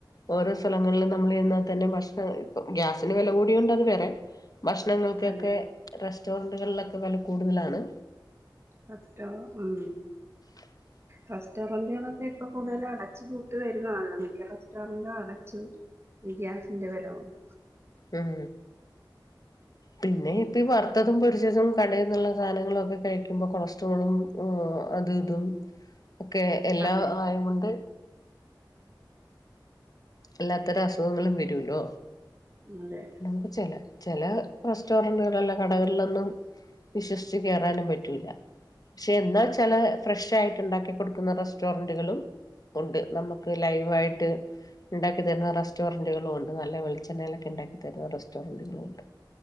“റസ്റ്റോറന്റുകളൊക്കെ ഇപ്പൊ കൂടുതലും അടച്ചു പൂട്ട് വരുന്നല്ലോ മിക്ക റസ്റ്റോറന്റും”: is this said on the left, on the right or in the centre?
Right